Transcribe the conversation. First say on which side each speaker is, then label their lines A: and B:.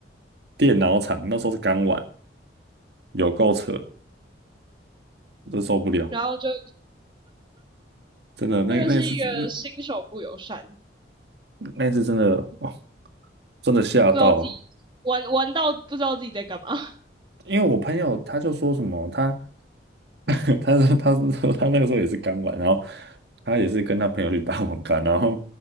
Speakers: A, on the right; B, on the right.
A: 电脑厂那时候是刚玩，有够扯，真受不了，
B: 然后就
A: 真的那那次那
B: 真的是一个新手不友善，不
A: 那次真的哦，真的吓到，
B: 知道自己玩玩到不知道自己在干嘛。<laughs>
A: 因为我朋友他就说什么，他 <laughs> 他说他是说他那个时候也是刚玩，然后他也是跟他朋友去打网咖，然后